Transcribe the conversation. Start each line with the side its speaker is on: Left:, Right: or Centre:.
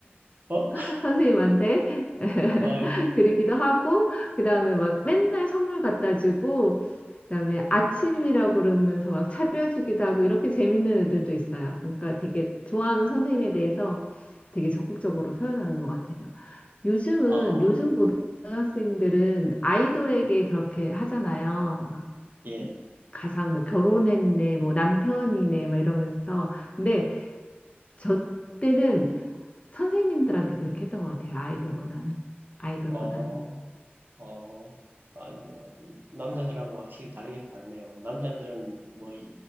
Right: 어?
Left: <laughs>
Right: <laughs>
Left: 선생님한테 <laughs>
Right: 아유,
Left: 그러기도 하고 그다음에 막 맨날 선물 갖다 주고 그다음에 아침이라고 그러면서 막 차려주기도 하고 이렇게 재밌는 애들도 있어요. 그러니까 되게 좋아하는 선생님에 대해서 되게 적극적으로 표현하는 것 같아요. 요즘은
Right: 아,
Left: 요즘 고등학생들은 아이돌에게 그렇게 하잖아요. 막
Right: 예.
Left: 가상 뭐 결혼했네, 뭐 남편이네, 막 이러면서. 근데 저 때는 선생님들한테 그렇게 했던 것 같아요. 아이들보다는 아이돌보다는.
Right: 어, 어, 아니, 남자들하고 확실히 다르긴 다르네요. 남자들은 뭐,